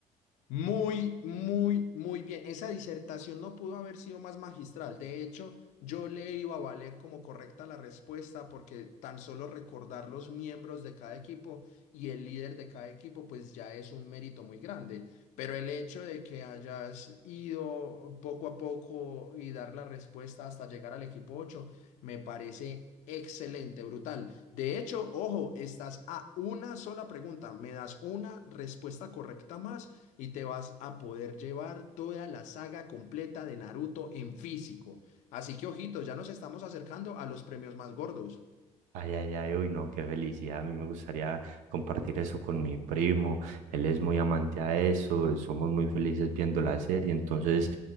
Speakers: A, on the left; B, on the right.
A: Muy, muy, muy bien. Esa disertación no pudo haber sido más magistral. De hecho, yo le iba a valer como correcta la respuesta porque tan solo recordar los miembros de cada equipo y el líder de cada equipo, pues ya es un mérito muy grande. Pero el hecho de que hayas ido poco a poco y dar la respuesta hasta llegar al equipo 8, me parece excelente, brutal. De hecho, ojo, estás a una sola pregunta. Me das una respuesta correcta más y te vas a poder llevar toda la saga completa de Naruto en físico. Así que ojito, ya nos estamos acercando a los premios más gordos.
B: Ay, ay, ay, uy, no, qué felicidad. A mí me gustaría compartir eso con mi primo. Él es muy amante a eso. Somos muy felices viendo la serie. Entonces,